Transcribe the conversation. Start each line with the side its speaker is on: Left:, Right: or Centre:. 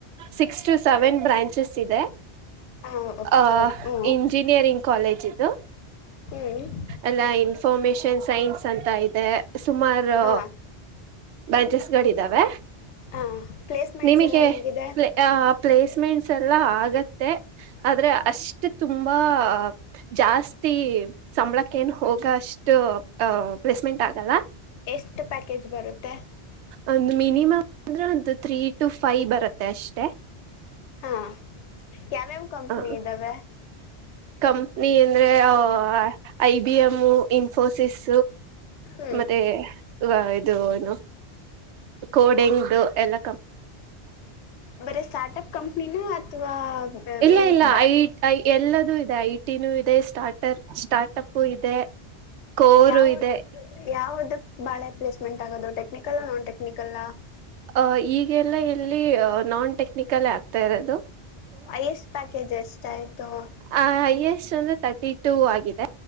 Right: ಸಿಕ್ಸ್ ಟು ಸೆವೆನ್ ಬ್ರಾಂಚಸ್ ಇದೆ.
Left: ಹ
Right: ಆ
Left: ಹೌದು
Right: ಇಂಜಿನಿಯರಿಂಗ್ ಕಾಲೇಜ್ ಇದು.
Left: ಹ್ಮ.
Right: ಎಲ್ಲ ಇನ್ಫಾರ್ಮೇಶನ್ ಸೈನ್ಸ್ ಅಂತ ಇದೆ ಸುಮಾರು
Left: ಹ
Right: ಬ್ಯಾಂಜಸ್ಗಳು ಇದಾವೆ
Left: ಹ ಪ್ಲೇಸ್ಮೆಂಟ್ಸ್
Right: ನಿಮಗೆ
Left: ಎಲ್ಲ ಹೆಂಗಿದೆ
Right: ಪೇ ಆ ಪ್ಲೇಸ್ಮೆಂಟ್ಸ್ ಎಲ್ಲ ಆಗತ್ತೆ ಆದ್ರೆ ಅಷ್ಟ ತುಂಬಾ ಜಾಸ್ತಿ ಸಂಬಳಕ್ಕ ನು ಹೋಗ ಅಷ್ಟು ಅ ಪ್ಲೇಸ್ಮೆಂಟ್ ಆಗಲ್ಲ.
Left: ಎಷ್ಟ ಪ್ಯಾಕೇಜ್ ಬರತ್ತೆ.
Right: ಒಂದ ಮಿನಿಮಮ್ ಅಂದ ಒಂದು ತ್ರೀ ಟು ಫೈ ಬರತ್ತೆ ಅಷ್ಟೇ.
Left: ಹಾ ಯಾವ್ಯಾವ ಕಂಪ್ನಿ
Right: ಅ
Left: ಇದ್ದಾವೆ
Right: ಕಂಪ್ನಿ ಅಂದ್ರ ಆ ಐ ಬಿ ಎಂ ಇನ್ಫೋಸಿಸ್
Left: ಹ್ಮ್
Right: ಮತ್ತೆ ವ ಇದು ಏನು ಕೋಡಿಂಗ್ ದು ಎಲ್ಲ
Left: ಬರ ಸ್ಟಾರ್ಟಪ್ ಕಂಪನಿನ ಅಥವಾ
Right: ಇಲ್ಲ
Left: ಮೇನ್
Right: ಇಲ್ಲ
Left: ಬ
Right: ಐ ಎಲ್ಲದೂ ಇದೆ ಐಟಿನೂ ಇದೆ ಸ್ಟಾರ್ಟ್ ಟರ್ ಸ್ಟಾರ್ಟ್ ಅಪ್ ಇದೆ. ಕೋರು
Left: ಯಾವ
Right: ಇದೆ
Left: ಯಾವದಕ್ ಬಾಳೆ ಪ್ಲೇಸ್ಮೆಂಟ್ ಆಗದು ಟೆಕ್ನಿಕಲ್ ನಾನ್ ಟೆಕ್ನಿಕಲ್.
Right: ಅ ಈಗೆಲ್ಲ ಎಲ್ಲಿ ಅ ನಾನ್ ಟೆಕ್ನಿಕಲ್ ಆಗ್ತಾ ಇರೋದು.
Left: ಐಸ್ಟ್ ಪ್ಯಾಕೇಜ್ ಎಷ್ಟ ಆಯ್ತು.
Right: ಅ ಐಸ್ಟ್ ಅಂದ್ರೆ ತರ್ಟಿ ಟೂ ಆಗಿದೆ.